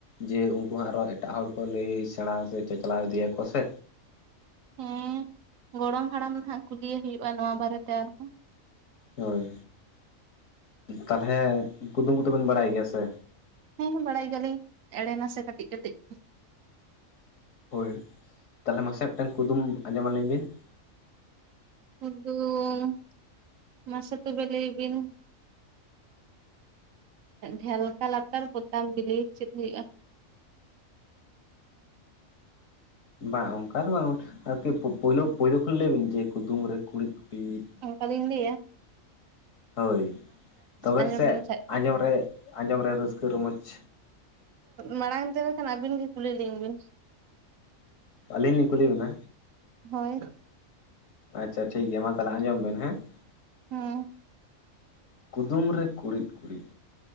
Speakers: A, on the left; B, on the right.
A: ᱡᱮ ᱩᱱᱠᱩ ᱦᱚᱸᱟᱸ ᱟᱨᱚ ᱮᱴᱟᱜ ᱦᱚᱲ ᱠᱚ ᱞᱟᱹᱭ ᱥᱮᱬᱟ ᱥᱮ ᱪᱟᱪᱞᱟᱣ ᱤᱫᱤᱭᱟᱠᱚ ᱥᱮ
B: ᱦᱮᱸ ᱜᱚᱲᱚᱢ ᱦᱟᱲᱟᱢ ᱱᱟᱜ ᱠᱩᱞᱤᱭᱮ ᱦᱩᱭᱩᱜ-ᱟ ᱱᱚᱣᱟ ᱵᱟᱨᱮᱛᱮ ᱟᱨᱦᱚᱸ
A: ᱦᱚᱭ ᱛᱟᱦᱚᱞᱮ ᱠᱩᱫᱩᱢ ᱠᱚᱛᱮᱵᱤᱱ ᱵᱟᱰᱟᱭ ᱜᱮᱭᱟ ᱥᱮ
B: ᱦᱮᱸ ᱵᱟᱰᱟᱭ ᱜᱮᱭᱟᱞᱤᱧ ᱮᱲᱮ ᱱᱟᱥᱮ ᱠᱟᱹᱴᱤᱡ ᱠᱟᱹᱴᱤᱡ ᱾
A: ᱦᱳᱭ ᱛᱟᱦᱚᱞᱮ ᱢᱟᱥᱮ ᱢᱤᱫᱴᱟᱝ ᱠᱩᱫᱩᱢ ᱟᱸᱡᱚᱢ ᱟᱹᱞᱤᱧ ᱵᱤᱱ ᱾
B: ᱠᱩᱫᱩᱻᱢ ᱢᱟᱥᱮ ᱛᱚ ᱵᱮ ᱞᱟᱹᱭ ᱵᱤᱱᱼᱼ ᱰᱷᱮᱞᱠᱟ ᱞᱟᱛᱟᱨ ᱯᱚᱛᱟᱢ ᱵᱤᱞᱤ ᱪᱮᱫ ᱦᱩᱭᱩᱜᱼᱟ?
A: ᱵᱟᱝ ᱚᱱᱠᱟ ᱫᱚ ᱵᱟᱝ ᱟᱨᱠᱤ ᱯᱳᱭᱞᱳ ᱯᱳᱭᱞᱳ ᱠᱷᱚᱱ ᱞᱟᱹᱭ ᱵᱤᱱ ᱡᱮ ᱠᱩᱫᱩᱢ ᱨᱮ ᱠᱩᱲᱤᱫ ᱠᱩᱲᱤᱫ ᱾
B: ᱚᱱᱠᱟᱞᱤᱧ ᱞᱟᱹᱭᱟ ᱾
A: <inaudible> ᱦᱳᱭ ᱛᱚᱵᱮ
B: ᱟᱸᱡᱚᱢ
A: ᱨᱮ ᱥᱮ
B: ᱵᱤᱱ ᱠᱷᱟᱡ
A: ᱟᱸᱡᱚᱢ ᱨᱮ ᱟᱸᱡᱚᱢ ᱨᱮ ᱨᱟᱹᱥᱠᱟᱹ ᱨᱚᱢᱚᱡᱽ ᱼᱼ
B: ᱢᱟᱲᱟᱝ ᱛᱮ ᱵᱟᱠᱷᱟᱱ ᱟᱹᱵᱤᱱ ᱜᱮ ᱠᱩᱞᱤ ᱞᱤᱧ ᱵᱤᱱ ᱾
A: ᱟᱹᱞᱤᱧ ᱞᱤᱧ ᱠᱩᱞᱤ ᱵᱤᱱᱟ?
B: ᱦᱳᱭ ᱾
A: ᱟᱪᱪᱷᱟ ᱴᱷᱤᱠ ᱜᱮᱭᱟ ᱢᱟ ᱛᱟᱦᱞᱮ ᱟᱸᱡᱚᱢ ᱵᱮᱱ ᱦᱮᱸ ᱾
B: ᱦᱩᱸ ᱾
A: ᱠᱩᱫᱩᱢ ᱨᱮ ᱠᱩᱲᱤᱫ ᱠᱩᱲᱤᱫ